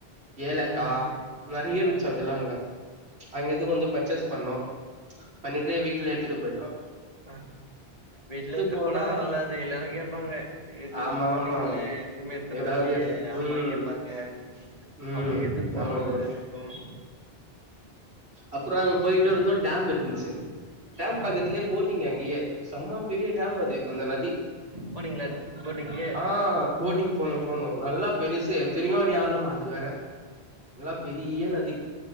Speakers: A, on the right; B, on the right.
A: ஏலக்காய்
B: ம்
A: நிறைய இருந்துச்சு
B: ஆ
A: அதெல்லாம் அங்க அங்க எது கொஞ்சம் பர்ச்சேஸ் பண்ணோம் பண்ணிட்டு வீட்டுல எடுத்துட்டு போயிட்டோம்
B: அஹ் வீட்டுல எத்துட்டு
A: போனா
B: போனாதா நல்லாது இல்லைன்னா கேட்பாங்க எது
A: ஆமா
B: போனீங்க
A: ஆமா
B: எதுவுமே எத்துட்டு
A: ஏதாவது
B: வரலையே அம்மா
A: ம்
B: கேட்பாங்க
A: ம்
B: அவங்களுக்கு எத்துட்டு போணும்
A: ஆமா அப்புறம் போயிட்டு வ இருந்தோம் டேம் ந்துச்சு டேம்
B: ம்
A: பக்கத்திலேயே போட்டிங் அங்கேயே செம்ம பெரிய டேம் அது அந்த நதி
B: போனீங்களா போட்டிங்கு
A: ஆஹ் போட்டிங் போணும் போணும் நல்லா பெருசு எத்தனையோ அடி ஆளும் அது வேற நல்லா பெரிய நதி